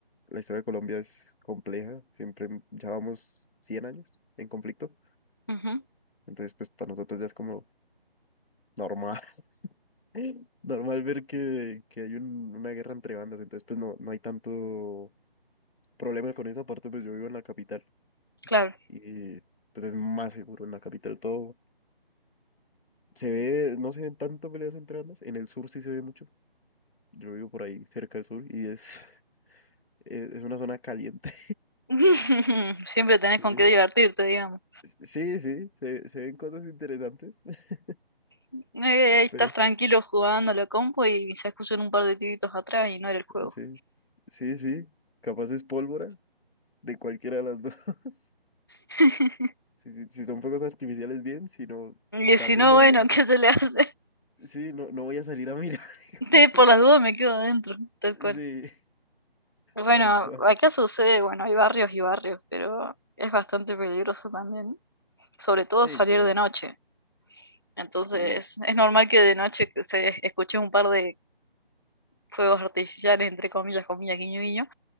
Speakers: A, on the left; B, on the left.
A: la historia de Colombia es compleja, siempre ya vamos 100 años en conflicto,
B: Ujú,
A: entonces pues para nosotros ya es como normal, <laughs> normal ver que, que hay un- una guerra entre bandas, entonces pues no, no hay tanto problema con eso, aparte pues yo vivo en la capital
B: claro.
A: y pues es más seguro en la capital todo. Se ve, no se ven tanto peleas entre bandas, en el sur sí se ve mucho Yo vivo por ahí cerca del sur y es, <laughs> es, es una zona caliente.
B: <laughs> Siempre tenés
A: <laughs>
B: con qué divertirte, digamos.
A: Sí, sí, sí, se, se ven cosas interesantes. <laughs>
B: Eh, estás
A: Pero,
B: tranquilo jugando a la compu y se escuchan un par de tiritos atrás y no era el juego.
A: sí, sí, sí. Capaz es pólvora de cualquiera de las dos. <laughs>
B: <laughs>
A: Si, si, si son fuegos artificiales, bien, si no,
B: Y
A: también
B: si no,
A: no,
B: bueno,
A: ve-
B: <laughs> ¿qué se le hace?
A: sí, no, no voy a salir a mirar <laughs> igual.
B: <laughs> por las dudas me quedo adentro, tal cual.
A: Sí,
B: Bueno,
A: tal cual.
B: acá sucede, bueno, hay barrios y barrios, pero es bastante peligroso también, sobre todo
A: Sí,
B: salir
A: sí.
B: de noche. Entonces,
A: Uh,
B: es normal que de noche que se escuche un par de fuegos artificiales, entre comillas, comillas, guiño, guiño.